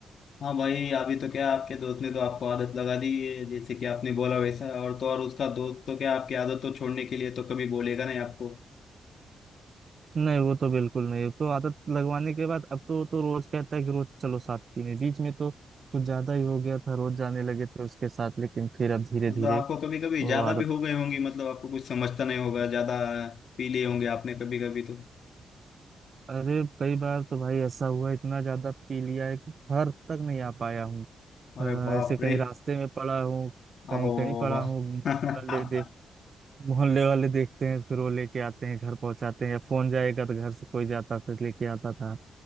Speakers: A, on the left (about 70°); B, on the right (about 50°).
A: हाँ भाई अभी तो क्या आपके दोस्त ने तो आपको आदत लगा दी है जैसे कि आपने बोला वैसा और तो और उसका दोस्त तो क्या आपकी आदत तो छोड़ने के लिए तो कभी बोलेगा नहीं आपको
B: नहीं वो तो बिल्कुल नहीं तो आदत लगवाने के बाद अब तो तो रोज कहता है कि रोज चलो साथ पीने बीच में तो कुछ ज्यादा ही हो गया था रोज जाने लगे थे उसके साथ लेकिन फिर अब धीरे
A: मतलब
B: धीरे
A: आपको कभी कभी
B: वो
A: ज्यादा
B: आदत
A: भी हो गए होंगी मतलब आपको कुछ समझता नहीं होगा ज्यादा पी लिए होंगे आपने कभी कभी तो
B: अरे कई बार तो भाई ऐसा हुआ इतना ज्यादा पी लिया है कि घर तक नहीं आ पाया हूँ
A: अरे
B: अ,
A: बाप
B: ऐसे कहीं
A: रे
B: रास्ते में पड़ा हूँ
A: आप
B: कहीं कहीं पड़ा हूँ मोहल्ले
A: <laughs>
B: वाले देख मोहल्ले वाले देखते हैं फिर वो लेके आते हैं घर पहुंचाते हैं या फोन जाएगा तो घर से कोई जाता फिर लेके आता था